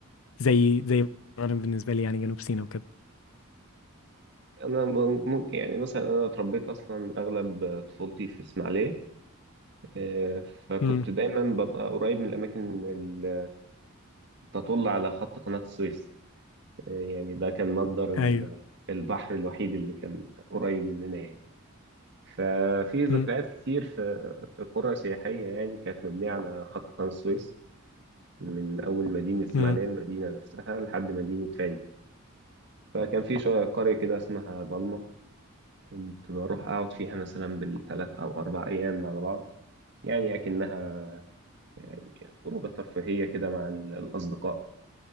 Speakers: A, on the left (about 70°); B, on the right (about 50°).
A: زي زي انا بالنسبة لي يعني جنوب سيناء وكده
B: أنا ممكن يعني مثلا أنا اتربيت أصلا أغلب طفولتي في إسماعيلية آه، فكنت
A: امم
B: دايما ببقى قريب من الأماكن اللي تطل على خط قناة السويس آه، يعني ده كان مصدر ال-
A: ايوه
B: البحر الوحيد اللي كان قريب مننا يعني ففي ذكريات
A: امم
B: كتير في في قرى سياحية يعني كانت مبنية على خط قناة السويس من أول مدينة إسماعيلية
A: امم
B: المدينة نفسها لحد مدينة فايد فكان في شا- قرية كده اسمها بالما كنت بروح أقعد فيها مثلا بالثلاث أو أربع أيام على بعض يعني أكنها يعني خروجة ترفيهية كده مع ال- الأصدقاء